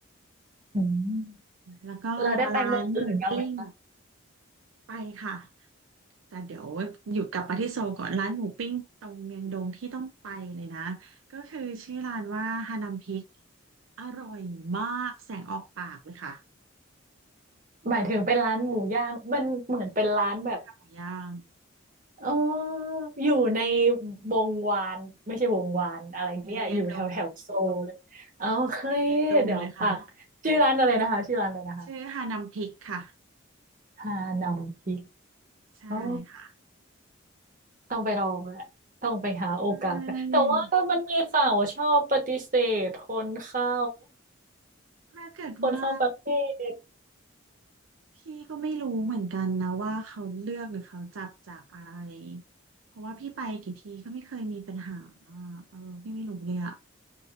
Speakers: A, on the right; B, on the right.
A: อืม
B: แล้วก็ร้านหมูปิ้ง
A: เราได้ไปเมืองอื่นบ้างไหมคะ
B: ไปค่ะแต่เดี๋ยวหยุดกลับมาที่โซลก่อนร้านหมูปิ้งตรงเมียงดงที่ต้องไปเลยนะก็คือชื่อร้านว่าฮานัมพิก อร่อยมากแสงออกปากเลยค่ะ
A: หมายถึงเป็นร้านหมูย่างมันเหมือนเป็นร้านแบบ
B: หมูย่าง
A: เอออยู่ในวงวานไม่ใช่วงวานอะไรเนี่ยอยู่แถวแถวโซลเลยเอาเคยเดี๋ยวปักชื่อร้านอะไรนะคะชื่อร้านอะไรนะคะ
B: อยู่ในเมียงดงในเมียงดงเลยค่ะชื่อฮานัมพริกค่ะ
A: ฮานำพริก
B: ใช่ค่ะ
A: อ๋อต้องไปลองแหละ ต้องไปหาโอกาสไปแต่ว่ามันมีข่าวชอบปฏิเสธคนเข้า
B: ใช่ถ้าเกิดว่า
A: <laughs> คนเข้าประเทศ
B: พี่ก็ไม่รู้เหมือนกันนะว่าเขาเลือกหรือเขาจับจากอะไรเพราะว่าพี่ไปกี่ทีก็ไม่เคยมีปัญหาอ่ะเออพี่ไม่รู้เลยอ่ะ